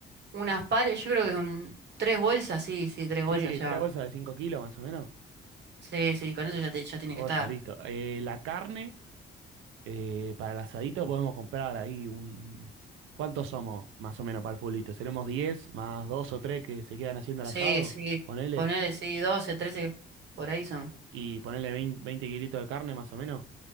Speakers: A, on the right; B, on the right.
A: Unas pares, yo creo que con tres bolsas, sí, sí, tres bolsas
B: Sí,
A: ya.
B: tres bolsas de 5 kilos más o menos.
A: Sí, sí, con eso ya, te- ya tiene
B: Joya,
A: que estar.
B: listo. Eh, la carne, eh, para el asadito podemos comprar ahí un... ¿Cuántos somos más o menos para el fulito? ¿Seremos 10 más dos o tres que se quedan haciendo
A: Sí,
B: el asado?
A: sí,
B: Ponele.
A: ponele, sí, 12 13 por ahí son.
B: Y ponele 20 20 kilitos de carne más o menos.